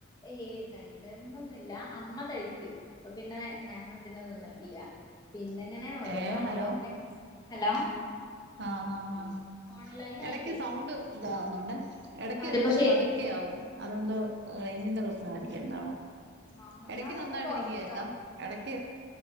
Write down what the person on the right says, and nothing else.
ഏ
ഹലോ
ആഹ് ആഹ് ഹ
എടയ്ക്ക്
സൗണ്ട് ഇതാകുന്നൊണ്ട് എടക്ക്
പതുക്കെ ആവും അതെത്നേ റേഞ്ചിന്റെ പ്രശ്നായിര്ക്കും എന്താണോ.
എടയ്ക്ക്
നന്നായിട്ടെനിക്ക്
കേക്കാം എടയ്ക്ക്